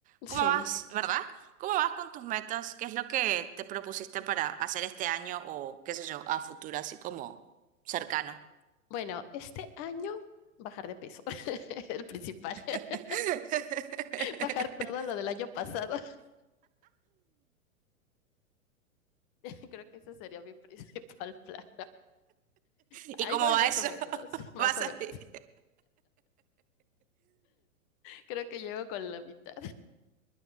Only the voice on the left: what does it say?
Sí.
Bueno, este año bajar de peso, <laughs> el principal. <laughs>
Bajar todo lo del año pasado. <laughs> Creo que ese sería mi <laughs> principal plan.
Ahí
voy
más
o menos,
<laughs> más
o
menos.
Creo que llego con la mitad.